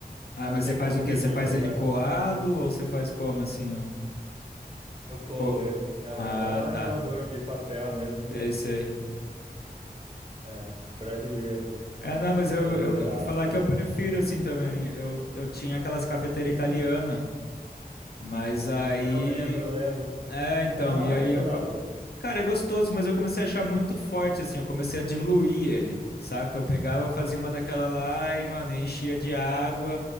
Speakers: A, on the left; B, on the right.
A: Ah,
B: não
A: mas
B: tem
A: você
B: como
A: faz
B: repetir,
A: o quê? Você faz
B: tá ligado?
A: ele coado ou você faz como assim? ó?
B: Eu coo
A: Ou-
B: ele. É o
A: Ah,
B: pó e
A: tá.
B: coador de papel mesmo.
A: Sei, sei.
B: É, brasileiro, né?
A: É, não, mas eu,
B: Brasileirado.
A: eu falar que eu prefiro assim também. Eu, eu tinha aquelas cafeteiras italianas, mas aí.
B: Ah, eu lembro, eu lembro.
A: É, então,
B: É da
A: e
B: hora
A: aí
B: que
A: eu.
B: é lá,
A: co-
B: pô.
A: Cara, é gostoso, mas eu comecei a achar muito forte, assim. Eu comecei a diluir ele, saca? Eu pegava, fazia uma daquela lá e, mano, enchia de água